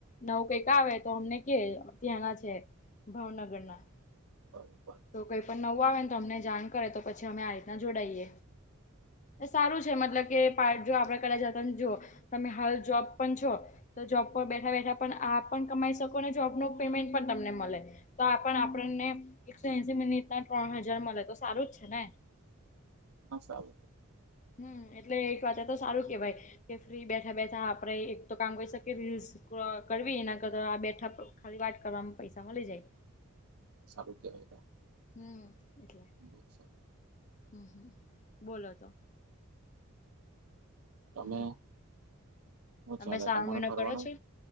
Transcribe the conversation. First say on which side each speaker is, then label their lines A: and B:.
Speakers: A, on the left; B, on the right.
A: નવું કઈક આવે તો અમને કે ત્યાંના છે, ભાવનગર ના
B: હ બ
A: તો કઈ પણ નવું આવે ને તો અમને જાણ કરે તો પછી અમે આ રીતના જોડાઈએ સારું છે મતલબ કે પાર્ટ જો આપડ કર જતાને જોુઓ તમે હાલ જોબ પણ છો. તો જોબ પર બેઠા બેઠા પણ આપ પણ કમાઈ શકો જોબનું પેમેન્ટ પણ તમને મળે તોણ આપણને એકસો એસી મિનિટ ના ત્રણ હજાર મળે તો સારું જ છેને.
B: હ સાલ
A: હમ એટલે એક વાત તો સારું કેવાય કે ફ્રી બેઠા બેઠા આપડે એક તો કામ કરીહી શકીએ રીલ્સ કરવી એના કરતા આ બેઠા ખરી વાટ કરવાવામાં પૈસા મળી જાય.
B: સારું કેવાયટ
A: હમ એટલે
B: બ સર
A: હમ હમ બોલો તો
B: તમે
A: હમ
B: હું
A: તમે
B: ચાલે
A: સારો
B: તમારે
A: મહિનો
B: ફરવાનું
A: કરો છો